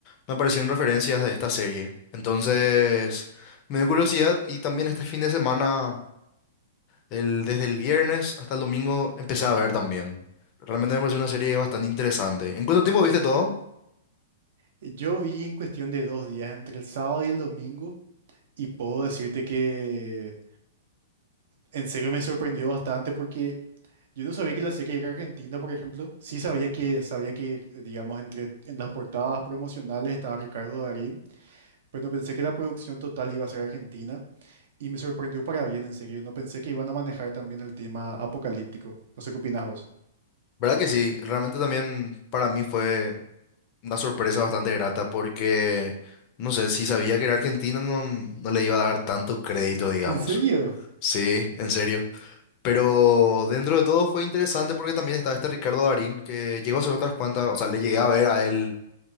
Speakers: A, on the left (about 35°); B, on the right (about 60°).
A: me aparecieron referencias de esta serie. Entonces, me dio curiosidad y también este fin de semana, el- desde el viernes hasta el domingo, empecé a ver también. Realmente me pareció una serie bastante interesante. ¿En cuánto tiempo viste todo?
B: Eh, Yo vi en cuestión de dos días, entre el sábado y el domingo, y puedo decirte que en serio me sorprendió bastante porque yo no sabía que la serie era argentina, por ejemplo. Sí sabía que, sabía que, eh, digamos, entre, en las portadas promocionales estaba Ricardo Darín, pero no pensé que la producción total iba a ser argentina. Y me sorprendió para bien, en serio. No pensé que iban a manejar también el tema apocalíptico. No sé qué opinas vos.
A: ¿Verdad que sí? Realmente también para mí fue una sorpresa bastante grata porque, no sé, si sabía que era Argentina no, no le iba a dar tanto crédito, digamos.
B: ¿En serio?
A: Sí, en serio. Pero dentro de todo fue interesante porque también estaba este Ricardo Darín, que llegó a hacer otras cuantas, o sea, le llegué a ver a él